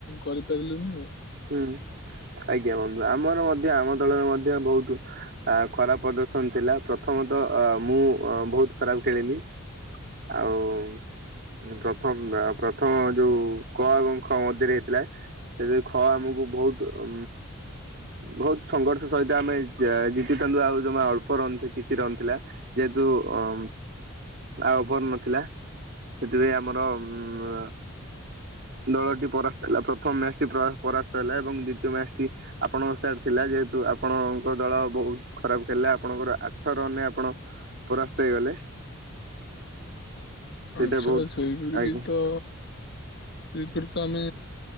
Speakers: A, on the left; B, on the right.
A: କରିପାରିଲୁନି ଆଉ।
B: ହୁଁ ଆଜ୍ଞା ବନ୍ଧୁ ଆମର ମଧ୍ୟ ଆମ ଦଳରେ ମଧ୍ୟ ବହୁତ୍ ଆ ଖରାପ୍ ପ୍ରଦର୍ଶନ ଥିଲା ପ୍ରଥମତଃ ଅ ମୁଁ ବହୁତ୍ ଖରାପ୍ ଖେଳିଲି ଆଉ ପ୍ରଥମ ପ୍ରଥମ ଯେଉଁ କ ଏବଂ ଖ ମଧ୍ୟରେ ହେଇଥିଲା। ସେ ଯୋଉ ଖ ଆମକୁ ବହୁତ୍ ଉଁ ବହୁତ୍ ସଂଘର୍ଷ ସହିତ ଆମେ ଜିତିଥାନ୍ତୁ ଆଉ ଯମା ଅଳ୍ପ ରନ୍ କିଛି ରନ୍ ଥିଲା। ଜେହେତୁ ଅମ୍ ଆଉ ଓଭର୍ ନଥିଲା ସେଥିପାଇଁ ଆମର ଉଁ ଦଳଟି ପରାସ୍ତ ହେଲା ପ୍ରଥମ ମ୍ୟାଚ୍ ଟି ପରାସ୍ତ ହେଲା ଏବଂ ଦ୍ଵିତୀୟ ମ୍ୟାଚ୍ ଟି ଆପଣଙ୍କ ସାଇଟ୍ ଥିଲା ଯେହେତୁ ଆପଣଙ୍କ ଦଳ ବହୁତ୍ ଖରାପ୍ ଖେଳିଲେ ଆପଣଙ୍କର ଆଠ ରନ୍ ରେ ଆପଣ ପରାସ୍ତ ହେଇଗଲେ ସେଇଟା
A: ଆଚ୍ଛା
B: ବହୁତ
A: ସେଇଭଳିକି
B: ଆଜ୍ଞା
A: ତ ସେଇପରିତ ଆମେ